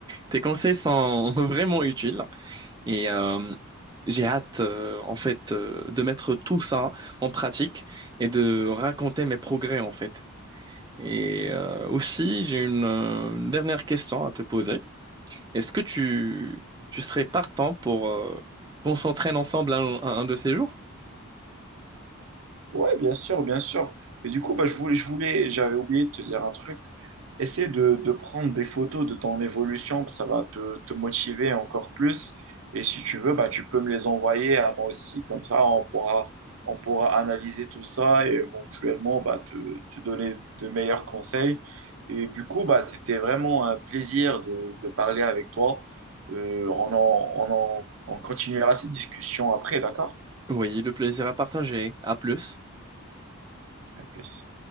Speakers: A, on the right (about 20°); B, on the right (about 70°).
A: Tes conseils sont <laughs> vraiment utiles et euh, j'ai hâte euh, en fait euh, de mettre tout ça en pratique et de raconter mes progrès en fait. Et euh, aussi, j'ai une euh, une dernière question à te poser. Est-ce que tu, tu serais partant pour euh, qu'on s'entraîne ensemble un, un un de ces jours?
B: Ouais, bien sûr, bien sûr. Et du coup, bah, je voulais, je voulais, j'avais oublié de te dire un truc. Essaie de, de prendre des photos de ton évolution, ça va te, te motiver encore plus. Et si tu veux, bah, tu peux me les envoyer à moi aussi, comme ça on pourra, on pourra analyser tout ça et éventuellement bah, te, te donner de meilleurs conseils. Et du coup, bah, c'était vraiment un plaisir de, de parler avec toi. Euh, on en, on en, on continuera cette discussion après, d'accord?
A: Oui, le plaisir à partager. À plus.
B: À plus.